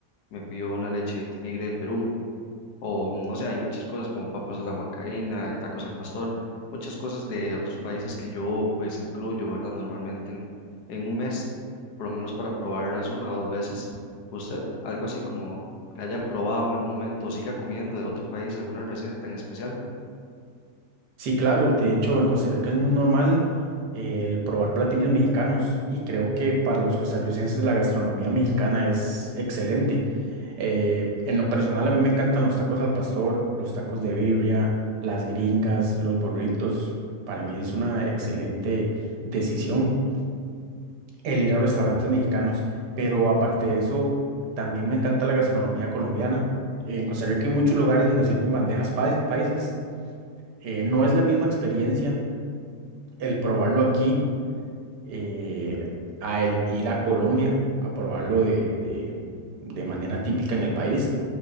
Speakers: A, on the left (about 80°); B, on the right (about 85°).
A: me pido una leche de tigre de Perú o no sé, hay muchas cosas como papas a la huancaína, tacos al pastor, muchas cosas de otros países que yo pues incluyo, ¿verdad? Normalmente en, en un mes, por lo menos para probarlas una o dos veces. ¿Usted algo así como que haya probado en algún momento o siga comiendo de otro país alguna receta en especial?
B: Sí, claro. De hecho, en Costa Rica es muy normal eh, el probar platillos mexicanos y creo que para los costarricenses la gastronomía mexicana es excelente. Eh, en lo personal, a mí me encantan los tacos al pastor, los tacos de birria, las gringas, los burritos. Para mí es una excelente decisión el ir a restaurantes mexicanos. Pero aparte de eso, también me encanta la gastronomía colombiana. En Costa Rica hay muchos lugares donde sirven bandejas pais- paisas. Eh, no es la misma experiencia el probarlo aquí, eh, a el ir a Colombia a probarlo de, de, de manera típica en el país,